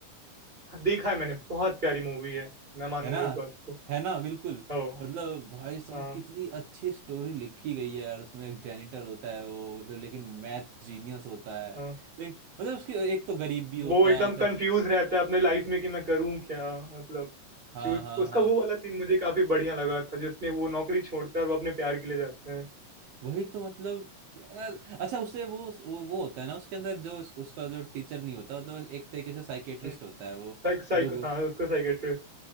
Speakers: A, on the right (about 30°); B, on the right (about 85°).
A: हाँ, देखा है मैंने बहुत प्यारी मूवी है मैं मानूंगा
B: है ना
A: इस बात को
B: है ना बिल्कुल
A: ओ
B: मतलब भाई साहब
A: हाँ
B: कितनी अच्छी स्टोरी लिखी गई है यार उसमें एक जेनिटर होता है वो मतलब लेकिन मैथ जीनियस होता है
A: हाँ
B: लेकिन मतलब उसकी एक तो गरीब भी होता
A: वो एकदम
B: है क-
A: कंफ्यूज रहता है अपने लाइफ में कि मैं करूँ क्या मतलब
B: हाँ
A: चूज
B: हाँ
A: उसका
B: हाँ
A: वो वाला सीन मुझे काफी बढ़िया लगा था जिसमें वो नौकरी छोड़ता है और वो अपने प्यार के लिए जाता है
B: वही तो मतलब यार अच्छा उससे वो वो वो होता है ना उसके अंदर जो उस- उसका जो टीचर नहीं होता मतलब एक तरीके से साइकेट्रिस्ट
A: हम्म,
B: होता है वो
A: साइक साइक
B: जो
A: हाँ उसका साइकेट्रिस्ट